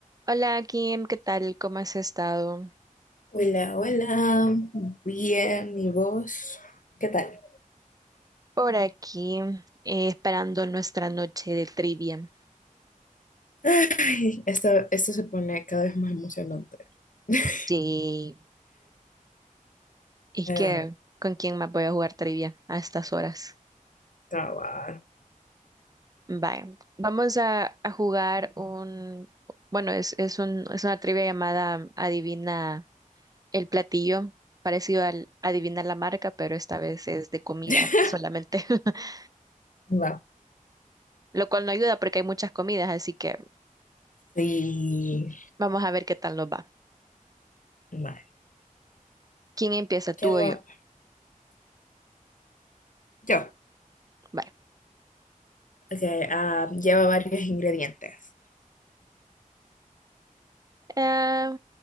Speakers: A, on the right; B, on the left.
A: Hola Kim, ¿qué tal? ¿Cómo has estado?
B: Hola, hola, bien, ¿y vos? ¿Qué tal?
A: Por aquí, eh, esperando nuestra noche de trivia.
B: Ay, esto, esto se pone cada vez más emocionante. <laughs>
A: Sí, es
B: Eh,
A: que ¿con quién más voy a jugar trivia a estas horas?
B: cabal.
A: Vaya, vamos a, a jugar un, bueno, es, es un, es una trivia llamada Adivina el platillo, parecido al Adivina la marca, pero esta vez es de comida
B: <laughs>
A: solamente, <laughs>
B: Va.
A: lo cual no ayuda porque hay muchas comidas, así que
B: Sí.
A: vamos a ver qué tal nos va.
B: Vale.
A: ¿Quién empieza, tú
B: ¿Qué va?
A: o yo?
B: Yo.
A: Vaya.
B: Ok, ah, lleva varios ingredientes.
A: Eh,